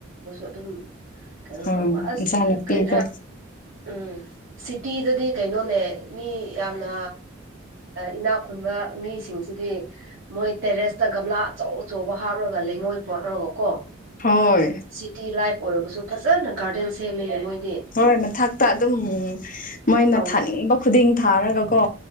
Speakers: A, on the right (about 70°); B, on the left (about 40°).
A: ꯑꯗꯨꯝ ꯀꯩꯅꯣ
B: ꯎꯝ
A: ꯇꯧꯕ ꯑ
B: ꯏꯟꯁꯥꯡ ꯅꯥꯄꯤꯗꯣ
A: ꯀꯔꯤ ꯎꯝ꯫ ꯇꯤꯗꯗꯤ ꯀꯩꯅꯣꯅꯦ ꯃꯤ ꯌꯥꯝꯅ ꯏꯅꯥꯛ ꯈꯨꯨꯟꯕ꯫ ꯃꯤꯁꯤꯡꯁꯤꯗꯤ ꯃꯣꯏ ꯇꯦꯔꯦꯁꯇ ꯒꯝꯂꯥ ꯑꯆꯧ ꯑꯆꯧꯕ ꯍꯥꯞꯔꯒ ꯂꯩꯉꯣꯏ ꯄꯣꯠꯂꯒꯀꯣ꯫
B: ꯍꯣꯏ
A: ꯁꯤꯇꯤ ꯂꯥꯏꯐ ꯑꯣꯏꯔꯔꯕꯁꯨ ꯐꯖꯅ ꯒꯥꯔꯗꯦꯟ꯫ ꯁꯦꯝꯃꯤꯅꯦ ꯃꯣꯏꯗꯤ
B: ꯍꯣꯏ ꯃꯊꯛꯇ ꯑꯗꯨꯝ ꯃꯣꯏꯅ
A: ꯇꯧ
B: ꯊꯥꯅꯤꯡꯕ ꯈꯨꯗꯤꯡ ꯊꯥꯔꯒꯀꯣ꯫